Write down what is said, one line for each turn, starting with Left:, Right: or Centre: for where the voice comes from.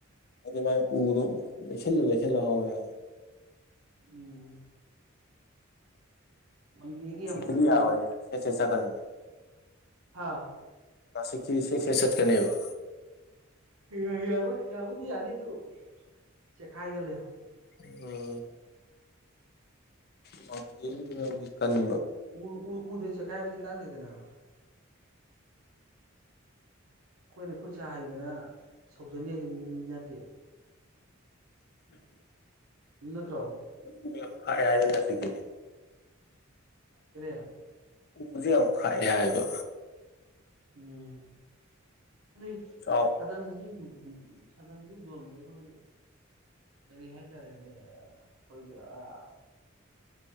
Left: ꯃꯥꯥꯏ ꯎꯔꯣ ꯂꯩꯁꯜꯂ ꯂꯩꯁꯂ ꯍꯋꯦ ꯕ
Right: ꯎꯝ ꯃꯪꯒꯦꯒꯤ ꯌꯥꯝ
Left: ꯁꯤ
Right: ꯀꯜꯂꯤ
Left: ꯀꯔꯤ ꯌꯥꯔꯣꯏꯅꯦ ꯁꯦꯠ ꯁꯦꯠꯀꯅꯤꯅꯦ
Right: ꯍꯥꯥ
Left: ꯀꯂꯥꯁꯤꯛꯇꯤ ꯁꯦ ꯁꯦ ꯆꯠꯀꯅꯦꯕ
Right: ꯌꯥ ꯌꯥꯔꯣꯏ ꯌꯥꯕꯨꯗꯤ ꯌꯥꯅꯤ ꯑꯗꯨ ꯆꯦꯛꯈꯥꯏꯒꯂ
Left: ꯎꯝ ꯃ ꯍꯧꯖꯤꯛ ꯀꯟꯕ
Right: ꯎ ꯎꯗ ꯆ ꯈꯥꯏꯕꯗꯤ ꯀꯥꯥꯟꯅꯗ‌ꯦꯗꯅ ꯑꯩꯈꯣꯏꯅ ꯈꯨꯠ ꯁꯥ ꯍꯩꯗꯅ ꯁꯧꯖꯟꯅꯤꯁꯨ ꯅꯠꯇꯦ
Left: <unintelligible>
Right: ꯅꯠꯇ꯭ꯔꯣ
Left: ꯎꯗꯅ ꯈꯥꯛꯑꯦ ꯍꯥꯏꯗ ꯅꯁꯤꯀꯦꯗꯤ
Right: ꯀꯔꯤ
Left: ꯎꯗꯨ ꯌꯥꯝ ꯈꯥꯛꯏ ꯍꯥꯏꯕ
Right: ꯎꯝ ꯅꯣꯢ
Left: ꯆꯥꯎ
Right: ꯁꯥꯗꯟ ꯑꯅꯤ ꯁꯥꯗꯟꯗꯤ ꯌꯣꯟꯕꯗ ꯑꯩꯈꯣꯏꯒꯤ ꯀꯔꯤ ꯍꯥꯏꯇꯥꯔꯦꯅꯦ ꯑꯩꯈꯣꯏꯒꯤ ꯑꯥ